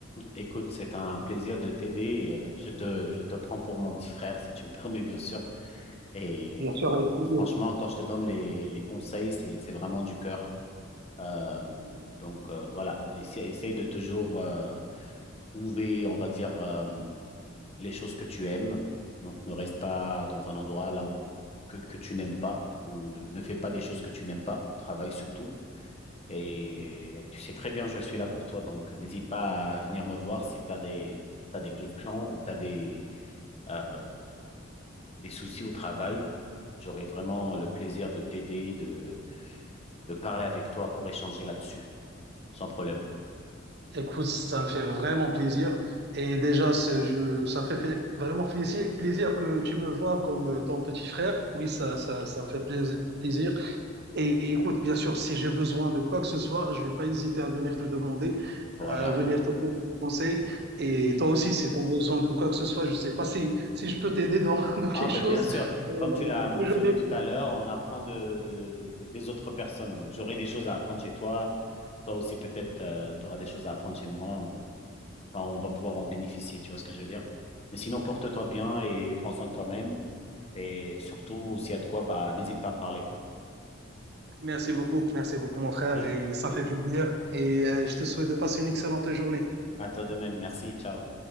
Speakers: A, on the left; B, on the right.
A: Écoute, c'est un plaisir de t'aider. Euh, Je te, je te prends pour mon petit frère, si tu me <laughs> permets, bien sûr. Et
B: Bien sûr, avec plaisir.
A: franchement, quand je te donne les, les conseils, c'est, c'est vraiment du cœur. Euh, donc euh, voilà, Essa- essaye de toujours euh, trouver, on va dire, euh, les choses que tu aimes. Donc ne reste pas dans un endroit là où que, que tu n'aimes pas ou ne, ne fais pas des choses que tu n'aimes pas. Travaille surtout. Et tu sais très bien, je suis là pour toi. Donc n'hésite pas à venir me voir si tu as des, t'as des questions ou tu as des, euh, des soucis au travail. J'aurai vraiment le plaisir de t'aider, de, de parler avec toi pour échanger là-dessus, sans problème.
B: Écoute, ça me fait vraiment plaisir. Et déjà, c'est- je, ça me fait, fait vraiment plaisir, plaisir que tu me vois comme euh, ton petit frère. Oui, ça, ça, ça me fait plaisir. plaisir. Et écoute, bien sûr, si j'ai besoin de quoi que ce soit, je vais pas hésiter à venir te demander,
A: Voilà.
B: à venir te poser des conseils. Et toi aussi, si tu as besoin de quoi que ce soit, je sais pas si, si je peux t'aider dans, <laughs> dans quelque
A: Ah ben
B: chose.
A: bien sûr,
B: mais
A: comme
B: là,
A: tu l'as
B: je suis
A: mentionné
B: toujours dispo.
A: tout à l'heure, on apprend de, de- de- de- des autres personnes. Donc j'aurai des choses à apprendre chez toi, toi aussi peut-être tu auras des choses à apprendre chez moi ou enfin, on va pouvoir en bénéficier, tu vois ce que je veux dire? Mais sinon porte-toi bien et prends soin de toi-même et surtout s'il y a de quoi bah n'hésite pas à me parler.
B: Merci beaucoup, merci beaucoup, mon frère.
A: <laughs>
B: Et ça fait plaisir. Et euh, je te souhaite de passer une excellente journée.
A: À toi de même, merci, ciao.